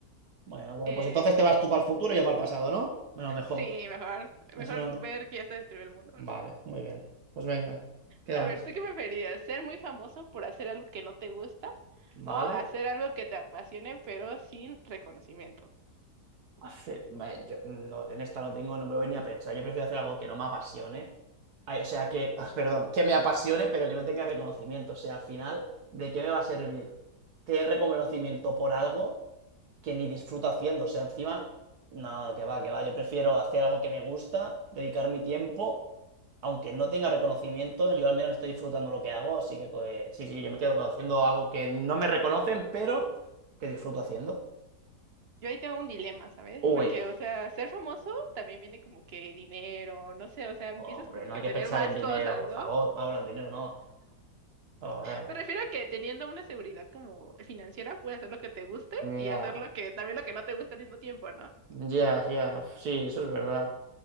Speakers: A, on the right; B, on the right.
A: bueno, bueno,
B: Eh,
A: pues entonces te vas tú para el futuro y yo para el pasado, ¿no? Bueno, mejor.
B: sí, mejor,
A: Así
B: mejor
A: no.
B: ver que ya se destruyó el mundo,
A: Vale,
B: ¿no?
A: muy bien. Pues venga, ¿qué
B: A
A: vas?
B: ver, ¿tú qué preferías? ¿Ser muy famoso por hacer algo que no te gusta
A: Vale.
B: o hacer algo que te apasione pero sin reconocimiento?
A: Hace- me- yo no- en esta no tengo, no me lo voy ni a pensar. Yo prefiero hacer algo que no me apasione. Ay, o sea, que, <laughs> perdón, que me apasione, pero que no tenga reconocimiento. O sea, al final, ¿de qué me va a servir tener reconocimiento por algo que ni disfruto haciendo? O sea, encima, no, que va, que va. Yo prefiero hacer algo que me gusta, dedicar mi tiempo, aunque no tenga reconocimiento, yo al menos estoy disfrutando lo que hago. Así que, pues, sí, sí, yo me quedo haciendo algo que no me reconocen, pero que disfruto haciendo.
B: Yo ahí tengo un dilema, ¿sabes?
A: Uy,
B: Porque, o sea, ser famoso también viene como que dinero, no sé, o sea, empiezas
A: Hombre,
B: como
A: no
B: que
A: hay
B: a
A: que
B: tener
A: pensar
B: más
A: en dinero,
B: cosas,
A: por
B: ¿no?
A: favor, Paula, en dinero no. Joder.
B: Me refiero a que teniendo una seguridad como financiera, puedes hacer lo que te guste y
A: Ya,
B: hacer lo que, también lo que no te gusta al mismo tiempo, ¿no?
A: ya, ya. Sí, eso es verdad.